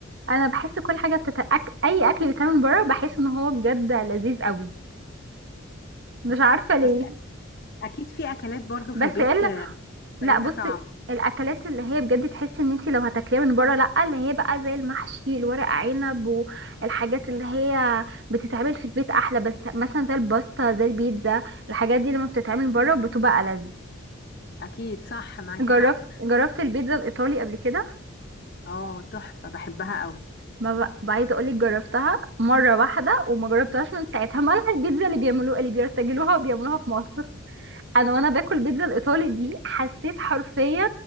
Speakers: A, on the right; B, on the left.
A: انا بحس كل حاجة بتت... أك... اي اكل بيتعمل بره بحس ان هو بجد لذيذ قوي مش عارفة
B: بس
A: ليه
B: اكيد في اكلات برضو
A: بس
B: في البيت
A: الا
B: آه، بيبقى
A: لا
B: ليها
A: بصي
B: طعم
A: الاكلات اللي هي بجد تحس ان انتي لو هتاكليها من بره لا اللي هي بقى زي المحشي الورق عنب والحاجات اللي هي بتتعمل في البيت احلى بس مثلا زي الباستا زي البيتزا الحاجات دي لما بتتعمل بره بتبقى ألذ
B: اكيد صح معاكي
A: جربت
B: حق
A: جربت البيتزا الايطالي قبل كده
B: اه تحفه بحبها قوي
A: ما بقى عايزه اقول لك جربتها مره واحده وما جربتهاش من ساعتها مالها البيتزا اللي بيعملوها اللي بيرتجلوها وبيعملوها في مصر انا وانا باكل البيتزا الايطالي دي حسيت حرفيا